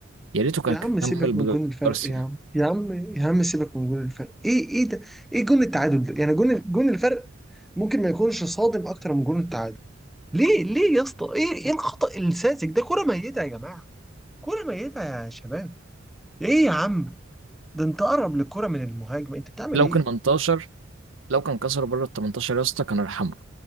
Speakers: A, on the right; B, in the centre.
A: يا ريته كان
B: يا عم سيبك
A: كمل بجارسيا
B: من جون الفرق يا عم يا عم يا عم سيبك من جون الفرق ايه ايه ده ايه جون التعادل ده يعني جون جون الفرق ممكن ما يكونش صادم اكتر من جون التعادل ليه ليه يا اسطى ايه ايه الخطأ الساذج ده كرة ميتة يا جماعة كرة ميتة يا شباب ايه يا عم ده انت اقرب للكرة من المهاجم انت بتعمل
A: لو
B: ايه
A: كان 18 لو كان كسر بره ال 18 يا اسطى كان ارحمه